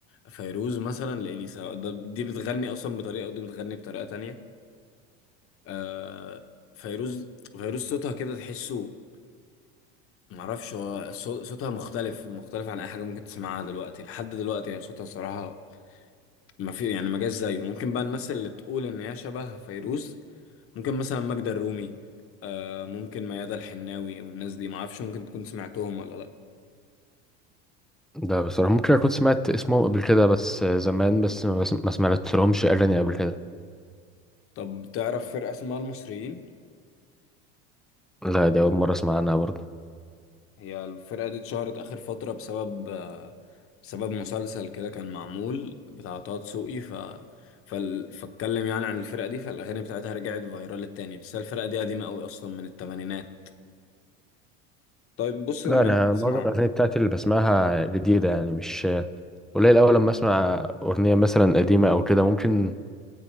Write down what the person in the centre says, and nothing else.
ده بصراحة ممكن أكون سمعت اسمهم قبل كده بس زمان بس ما بس- ما سمعت لهمش أغاني قبل كده
لا دي أول مرة أسمع عنها برضه
لا
أنا
معظم الأغاني بتاعتي اللي بسمعها جديدة يعني مش قليل أوي لما أسمع أغنية مثلا قديمة أو كده ممكن